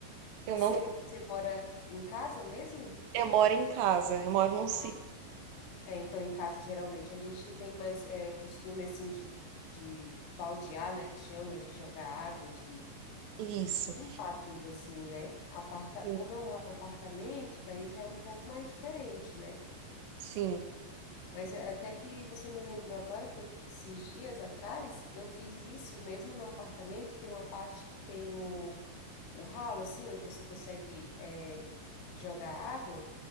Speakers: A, on the left; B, on the right.
A: você,
B: eu não.
A: você mora em casa mesmo?
B: Eu moro em casa, eu moro num
A: Ah,
B: sítio.
A: é, então em casa geralmente a gente tem mais é, costume assim de, de baldear, né, que chama, de jogar água, de,
B: Isso.
A: de limpar tudo assim, né? Aparta,
B: Sim.
A: como eu moro em apartamento, daí já é um pouco mais diferente, né?
B: Sim.
A: Mas é- até que você me lembrou agora que esses dias atrás eu fiz isso, mesmo no apartamento, tem uma parte que tem o, o ralo, assim, onde você consegue é, jogar água.